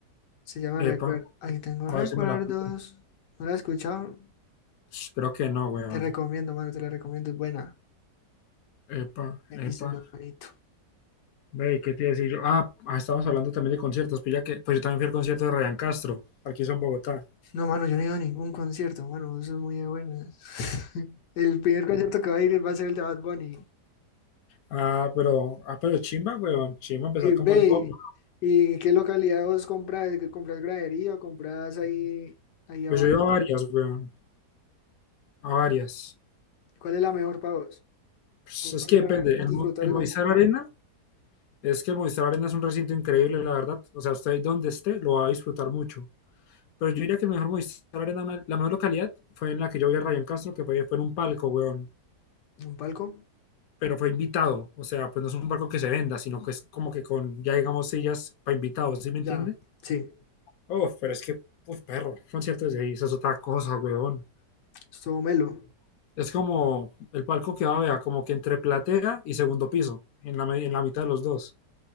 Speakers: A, on the left; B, on the left.
A: Se llama
B: Epa,
A: Recuerdos. Ahí tengo
B: a
A: recuerdos.
B: ver si me la pillo.
A: ¿No la has escuchado?
B: Sh, Creo que no, weón.
A: Te recomiendo, mano, te la recomiendo, es buena.
B: Epa,
A: Buenísima,
B: epa.
A: hermanito.
B: Ve, ¿qué te iba a decir yo? Ah, ah, estábamos hablando también de conciertos, pues ya que, pues yo también fui al concierto de Ryan Castro, aquí son Bogotá.
A: No, mano, yo no he ido a ningún concierto, mano, eso es muy de buenas. <laughs> El primer concierto que va a ir va a ser el de Bad Bunny.
B: Ah, pero, ah, pero chimba, weón. Chimba empezar
A: Y ve,
B: con Bad Bunny.
A: ¿y qué localidad vos compras? ¿Compras gradería o compras ahí, ahí abajo?
B: Pues yo he ido a varias, weón. A varias.
A: ¿Cuál es la mejor para vos?
B: Pues
A: Para
B: es que
A: ir
B: depende.
A: a ver,
B: El,
A: disfrutar
B: Mo- el
A: el
B: Movistar
A: concierto.
B: Arena, es que el Movistar Arena es un recinto increíble, la verdad. O sea, usted ahí donde esté lo va a disfrutar mucho. Pero yo diría que el mejor Movistar Arena, una- la mejor localidad fue en la que yo vi a Ryan Castro, que fue, fue en un palco, weón.
A: ¿Un palco?
B: Pero fue invitado. O sea, pues no es un palco que se venda, sino que es como que con, ya digamos, sillas para invitados, ¿sí me
A: Ya,
B: entiende?
A: sí.
B: Oh, pero es que, uf, perro, conciertos de ahí, esa es otra cosa, weón.
A: Estuvo Melo.
B: Es como el palco que va a ver, como que entre platea y segundo piso, en la, me- en la mitad de los dos.